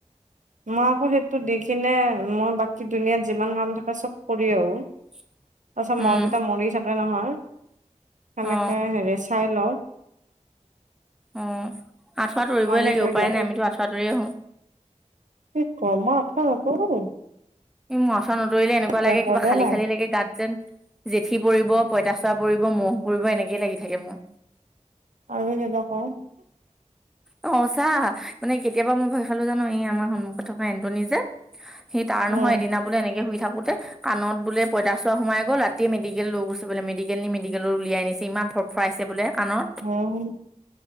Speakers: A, on the right (about 75°); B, in the centre.
A: মই আকৌ সেইটো দি কিনে মই বাকী দুনিয়াত যিমান কাম থাকে চব কৰি আহো
B: <unintelligible>
A: তাৰপাছত মহকেইটা
B: উম
A: মৰি থাকে নহয় সেনেকে
B: অ
A: হেৰি চাই লওঁ
B: অ আঁঠুৱা তৰিবই
A: মাৰি
B: লাগে
A: থৈ
B: উপায়
A: দিওঁ
B: নাই আমিতো আঁঠুৱা তৰিয়ে হোঁ।
A: এই গৰম'ম আঁঠুৱা নতও ম'ই।
B: ই মু আঁঠুৱা নতৰিলে এনেকুৱা
A: ৰেকৰ্ডে
B: লাগে কিবা খাল
A: নাই
B: খালি লাগে গাত যেন জেঠি পৰিব, পইতাচা পৰিব, মহ' পৰিব এনেকেই লাগি থাকে মোৰ।
A: আৰু কিবা ক?
B: অ হচা, মানে কেতিয়াবা মই ভয় খালো জানো এই আমাৰ সন্মুখত থকা এণ্টনি যে সি তাৰ নহয়
A: উম
B: এদিনা বোলে এনেকে শুই থাকোতে কাণত বোলে পইচা চোৱাৰা সোমাই গল ৰাতিয়ে মেডিকেল লৈ গৈছে বোলে, মেডিকেল নি মেডিকেলত উলিয়াই আনিছে ইমান ফৰ ফৰাইছে বোলে কাণত।
A: অঁ।